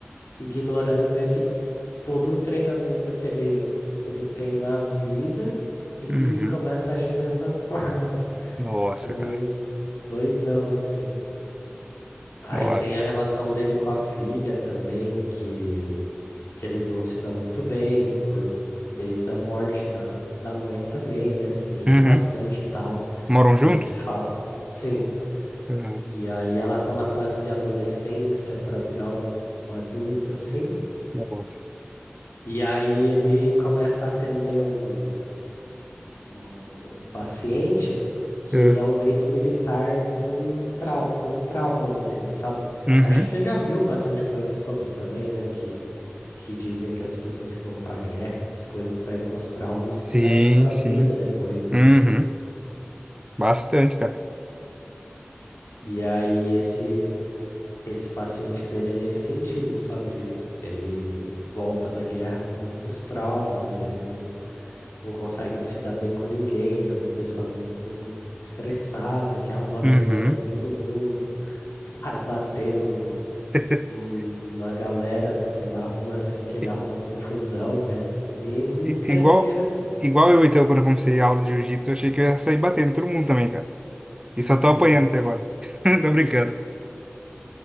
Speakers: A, on the left; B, on the right.
A: ignorando meio que todo o treinamento que ele, que ele tem na vida e
B: uhum.
A: começa a agir dessa <laughs> forma.
B: Nossa,
A: É meio
B: cara.
A: doidão, assim. Aí
B: Nossa.
A: tem a relação dele com a filha também, que, que eles não se dão muito bem, por, desde a morte da, da mãe também, né? Eles brigam
B: Uhum.
A: bastante e tal,
B: Moram juntos?
A: não se fala. Sim,
B: Uhum.
A: e aí ela tá na fase de adolescência para virar um, um adulto, assim.
B: Nossa.
A: E aí ele começa a atender um, um, um paciente que
B: É.
A: ele é um ex-militar em trau com traumas, assim, sabe?
B: Uhum.
A: Acho que você já viu bastante coisa sobre também, né? Que que dizem que as pessoas que vão pra guerra, essas coisas pegam uns traumas
B: Sim,
A: que levam pra
B: sim.
A: vida depois, né?
B: Uhum. Bastante, cara.
A: E aí esse esse paciente dele é nesse sentido, sabe? Ele ele volta da guerra com muitos traumas, ele não não consegue se dar bem com ninguém, ele é uma pessoa muito estressada, que arruma briga
B: Uhum.
A: com todo mundo, <laughs> sai batendo no,
B: <laughs>
A: no- na galera pela rua assim que ele
B: I-
A: arruma confusão, é ele é um
B: i-
A: encrenqueiro
B: Igual,
A: assim.
B: igual eu, então, quando eu comecei a aula de jiu-jitsu, eu achei que eu ia sair batendo todo mundo também, cara. E
A: É,
B: só
A: mas
B: tô apanhando até agora. <laughs> Tô brincando.